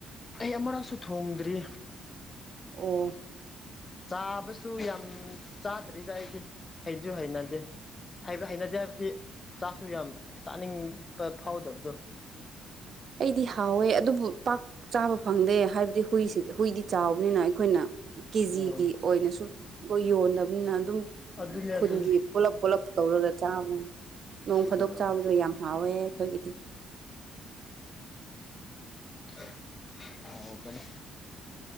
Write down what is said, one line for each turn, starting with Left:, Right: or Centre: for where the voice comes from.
Left: ꯑꯩ ꯑꯃꯔꯛꯁꯨ ꯊꯣꯡꯗ꯭ꯔꯤ꯫
Right: ꯑꯣ꯫
Left: ꯆꯥꯕꯁꯨ ꯌꯥꯝ ꯆꯥꯗ꯭ꯔꯤꯗ ꯑꯩꯗꯤ ꯍꯩꯖꯨ ꯍꯩꯅꯗꯦ꯫ ꯍꯥꯏꯕ ꯍꯩꯅꯗꯦ ꯍꯥꯏꯕꯗꯤ ꯆꯥ ꯁꯨ ꯌꯥꯝ ꯆꯥꯅꯤꯡꯕ ꯐꯥꯎꯗꯕꯗꯣ ꯫
Right: ꯑꯩꯗꯤ ꯍꯥꯎꯋꯦ ꯑꯗꯨꯕꯨ ꯄꯥꯛ ꯆꯥꯕ ꯐꯪꯗꯦ ꯍꯥꯏꯕꯗꯤ ꯍꯨꯏꯁꯤ ꯍꯨꯏꯗꯤ ꯆꯥꯎꯕꯅꯤꯅ ꯑꯩꯈꯣꯏꯅ ꯀꯦꯖꯤꯒꯤ
Left: ꯎꯝ
Right: ꯑꯣꯏꯅꯁꯨ ꯃꯣꯏ ꯌꯣꯟꯗꯕꯅꯤꯅ ꯑꯗꯨꯝ ꯎ
Left: ꯑꯗꯨꯅꯦ
Right: ꯈꯨꯟꯒꯤ
Left: ꯑꯗꯨꯅꯤ
Right: ꯄꯨꯂꯞ - ꯄꯨꯂꯞ ꯇꯧꯔꯒ ꯆꯥꯕꯅꯤ꯫ ꯅꯣꯡ ꯐꯥꯗꯣꯛ
Left: ꯍꯣꯏ ꯍꯣꯏ
Right: ꯆꯥꯕꯗ ꯌꯥꯝ ꯍꯥꯎꯋꯦ ꯑꯩꯈꯣꯏꯒꯤꯗꯤ꯫
Left: ꯎꯝ ꯍꯥꯎꯕꯅꯦ